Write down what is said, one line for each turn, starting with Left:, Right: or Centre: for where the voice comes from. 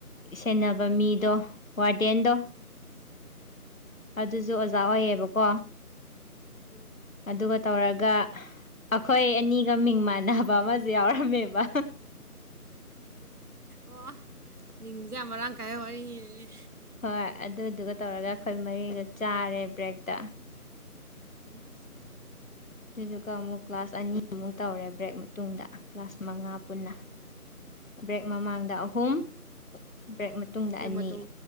Left: ꯁꯦꯟꯅꯕ ꯃꯤꯗꯣ ꯋꯥꫪꯗꯦꯟꯗꯣ ꯑꯗꯨꯁꯨ ꯑꯣꯖꯥ ꯑꯣꯏꯌꯦꯕꯀꯣ
Right: ꯎꯝ
Left: ꯑꯗꯨꯒ ꯇꯧꯔꯒ ꯑꯩꯈꯣꯏ ꯑꯅꯤꯒ ꯃꯤꯡ ꯃꯥꯟꯅꯕ ꯑꯃꯁꯨ ꯌꯥꯎꯔꯝꯃꯦꯕ
Right: ꯑꯣ ꯌꯦꯡꯖꯦ ꯃꯔꯥꯡ ꯀꯥꯏ ꯋꯥꯔꯤꯅꯤ
Left: ꯍꯣꯏ ꯑꯗꯨꯗꯨꯒ ꯇꯧꯔꯒ ꯑꯩꯈꯣꯏ ꯃꯔꯤꯗ ꯆꯥꯔꯦ ꯕ꯭ꯔꯦꯛꯇ
Right: ꯎꯝ
Left: ꯑꯗꯨꯗꯨꯒ ꯑꯃꯨꯛ ꯀ꯭ꯂꯥꯁ ꯑꯅꯤꯃꯨꯛ ꯇꯧꯔꯦ ꯕ꯭ꯔꯦꯛ ꯃꯇꯨꯡꯗ ꯀ꯭ꯂꯥꯁ ꯃꯉꯥ ꯄꯨꯟꯅ ꯕ꯭ꯔꯦꯛ ꯃꯃꯥꯡꯗ ꯑꯍꯨꯝ ꯕ꯭ꯔꯦꯛ ꯃꯇꯨꯡꯗ
Right: ꯕ꯭ꯔꯦꯛ
Left: ꯑꯅꯤ
Right: ꯃꯇꯨꯡ